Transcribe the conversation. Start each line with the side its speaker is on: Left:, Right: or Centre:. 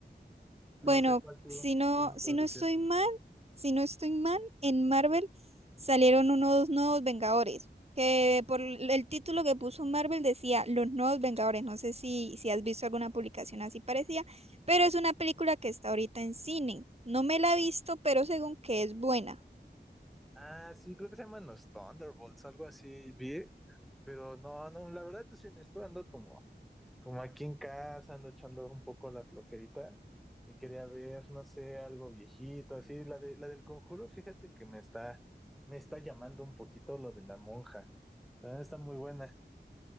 Right: Bueno,
Centre: No sé cuál tú,
Right: si no,
Centre: tú me
Right: si
Centre: puedes
Right: no
Centre: decir.
Right: estoy mal, si no estoy mal, en Marvel salieron unos nuevos Vengadores, que por l- el título que puso Marvel decía Los Nuevos Vengadores. No sé si, si has visto alguna publicación así parecida, pero es una película que está ahorita en cine. No me la he visto, pero según que es buena.
Centre: Ah, sí, creo que se llaman los Thunderbolts, algo así, vi, pero no, no, la verdad, te soy honesto, ando como, como aquí en casa, ando echando un poco la flojerita y quería ver, no sé, algo viejito, así, la de, la del Conjuro, fíjate que me está, me está llamando un poquito lo de la monja, también está muy buena,